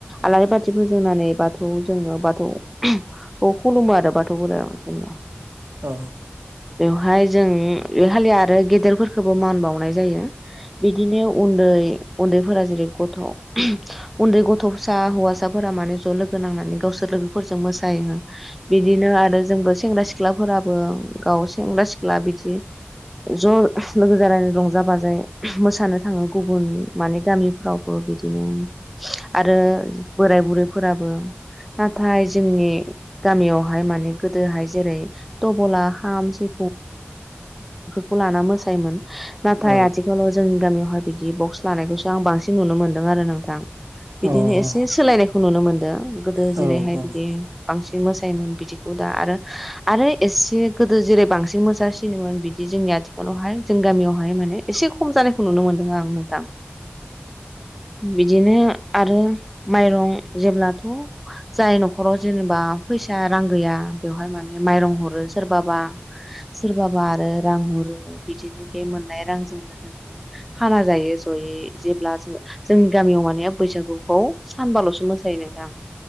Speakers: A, in the centre; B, on the right.
A: आलारि बाथिफोजोंनानै बाथौ खौ जोंङो बाथौ खौ खुलुमो आरो बाथौ बोराइ जेनेबा
B: औ।
A: हाय जों ए हालिया आरो गेदेरफोरखौबो मान बावनाय जायो बिदिनो उन्दै उन्दैफोरा जेरै गथ' उन्दै गथ' फिसा हौवासाफोरा माने ज' लोगो नांनानै गावसोर लोगोफोरजों मोसायो। बिदिनो आरो जोंबो सेंग्रा सि ख्लाफोरा बो गाव सेंग्रा सि जि ज लोगो जानानै रंजा बा जायो मोसानो थाङो गुबुन माने गामिफ्रावबो बिदिनो आरो बोराय बुरैफोराबो नाथाय जोंनि गामियावहाय माने गोदोहाय जेरै दबला खाम सि खौ लाना मोसायोमोन। नाथाय
B: औ
A: आथिखालाव जोंनि गामियावहाय बिदि बक्स लानायखौसो आं बांसिन नुनो मोन्दों आरो नोंथां। बिदिनो
B: औ अ
A: एसे सोलायनायखौ नुनो मोनदों गोदो
B: जोंनिथिंबो
A: जेरैहाय बिदि बांसिन मोसायोमोन बिदिखौ दा आरो आरो एसे गोदो जेरै बांसि मोजांसिनोमोन बिदि जोंनि आथिखालावहाय जों गामियावहाय माने एसे खम जानायखौ नुनो मोनदों आं नोंथां बिदिनो आरो माइरं जेब्लाथ' जाय न'खराव जेनेबा फैसा रां गैया बेवहाय माने माइरं हरो सोरबाबा सोरबाबा आरो रां हरो बिदिनो बे मोननाय रांजोंनो जोंङो खाना जायो जयै जेब्ला जोंङो जोंनि गामियाव माने बैसागुखौ सानबाल'सो मोसायो नोंथां